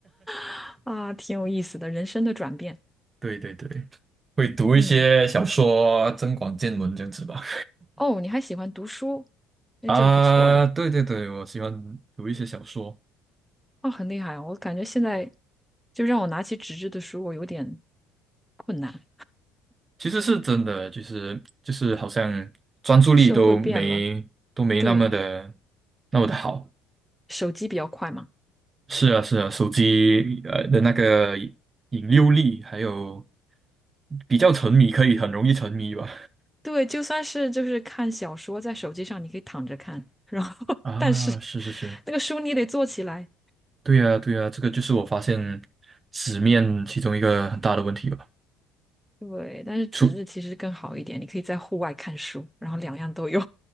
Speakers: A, in the centre; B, on the right (about 30°).
A: <laughs> 啊，挺有意思的，人生的转变。
B: 对对对，会读一些小说，
A: 嗯，
B: 增广见闻这样子吧。
A: 哦，你还喜欢读书，哎，
B: 啊，
A: 这个不错哎，
B: 对对对，我喜欢读一些小说，
A: 哦，很厉害，啊！我感觉现在就让我拿起纸质的书，我有点困难。
B: 其实是真的，就是就是好像专注力都没都没那么的
A: 社会变了，对，
B: 那么的好。
A: 手机比较快嘛，
B: 是啊，是啊，手机呃的那个引诱力，还有比较沉迷，可以很容易沉迷吧？
A: 对，就算是就是看小说，在手机上你可以躺着看，然后 <laughs>
B: 啊，
A: 但是
B: 是是是，
A: 那个书你得坐起来，
B: 对呀，对呀，这个就是我发现纸面其中一个很大的问题吧。
A: 对，但是纸质其实更好一点，
B: 出，
A: 你可以在户外看书，然后两样都有，